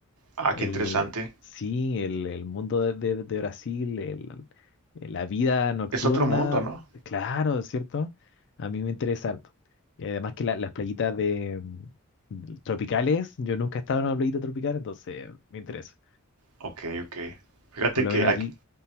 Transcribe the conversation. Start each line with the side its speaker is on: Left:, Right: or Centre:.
Right: Ah,
Left: El,
Right: qué interesante.
Left: sí, el, el mundo de, de- de Brasil, el- la vida nocturna,
Right: Es otro mundo, ¿no?
Left: claro, ¿cierto? A mí me interesa harto. Y además que la- las playitas de, mm, tropicales, yo nunca he estado en una playita tropical, entonces me interesa.
Right: Ok, ok. Fíjate
Left: Por lo
Right: que
Left: menos
Right: aquí,
Left: aquí,